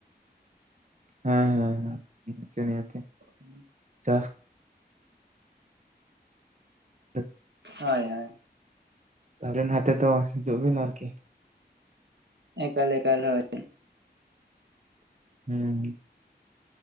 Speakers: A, on the right; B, on the right.
A: ᱦᱮᱸ ᱦᱮᱸ ᱦᱮᱸ ᱱ ᱱᱛᱮ <unintelligible>
B: <inaudible>
A: ᱪᱟᱥ ᱴ <unintelligible>
B: ᱦᱳᱭ ᱦᱳᱭ,
A: ᱛᱟᱜᱞᱮ ᱱᱚᱛᱮ <unintelligible> ᱛᱚ ᱦᱤᱡᱩᱜᱵᱤᱱ ᱟᱨᱠᱤ,
B: ᱮᱠᱟᱞ ᱮᱠᱟᱞ ᱦᱚᱭ,
A: ᱦᱮᱸ,